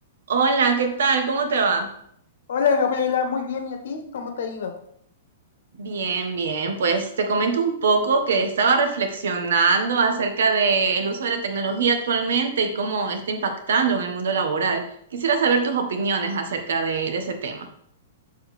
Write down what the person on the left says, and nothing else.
Hola Gabriela, muy bien, ¿y a ti? ¿Cómo te ha ido?